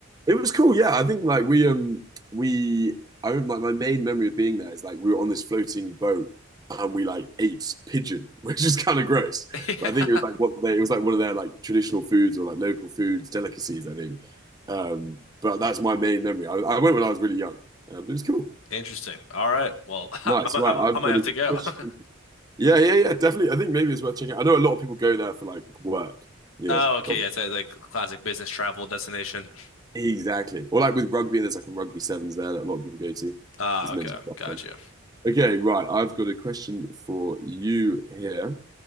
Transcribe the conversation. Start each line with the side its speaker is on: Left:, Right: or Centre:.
Right: It was cool, yeah. I think like we um we I remember, like my main memory of being there is like we were on this floating boat and we like ate pigeon, <laughs> which is kind of gross.
Left: <laughs> Yeah.
Right: But I think it was like what they it was like one of their like traditional foods or like local foods, delicacies, I think. Um, but that's my main memory. I, I went when I was really young. Um, but it was cool.
Left: Interesting. All right. Well, <laughs> I'm,
Right: Nice,
Left: I'm,
Right: right. I've
Left: I might
Right: got
Left: have
Right: a
Left: to go.
Right: question.
Left: <laughs>
Right: Yeah, yeah, yeah, definitely. I think maybe it's worth checking. out. I know a lot of people go there for like work, you
Left: Oh, okay.
Right: know,
Left: Yeah, it's a, like classic business travel destination.
Right: Exactly. Or like with rugby, there's like a rugby sevens there that a lot of people go to.
Left: Ah,
Right: It's
Left: okay.
Right: meant to be quite
Left: Gotcha.
Right: fun. Okay, right. I've got a question for you here.